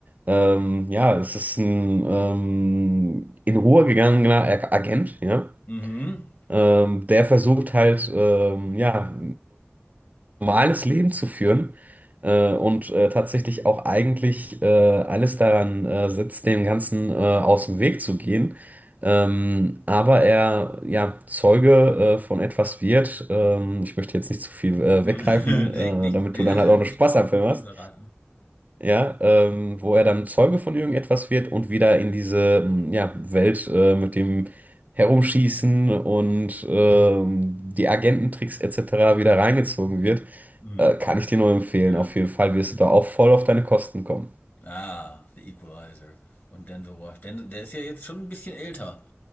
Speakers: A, on the right; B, on the left.
A: Ähm, ja, es ist ein ähm, in Ruhe gegangener Ag- Agent, ja.
B: Mhm.
A: Ähm, der versucht halt, ähm, ja, normales Leben zu führen äh, und äh, tatsächlich auch eigentlich äh, alles daran äh, setzt, dem Ganzen äh, aus dem Weg zu gehen. Ähm, aber er ja Zeuge äh, von etwas wird. Ähm, ich möchte jetzt nicht zu viel äh,
B: <laughs>
A: weggreifen, äh,
B: Nee, nicht,
A: damit
B: ja,
A: du dann
B: ja,
A: halt auch einen
B: nicht,
A: Spaß
B: nicht
A: am Film
B: zu viel
A: hast
B: verraten.
A: ja, ähm, wo er dann Zeuge von irgendetwas wird und wieder in diese mm, ja, Welt äh, mit dem Herumschießen und ähm, die Agententricks etc. wieder reingezogen wird,
B: Mhm.
A: äh, kann ich dir nur empfehlen.
B: Ja.
A: Auf jeden Fall wirst du da auch voll auf deine Kosten kommen.
B: Ah, The Equalizer. Und Denzel Washington. Den- Der ist ja jetzt schon ein bisschen älter.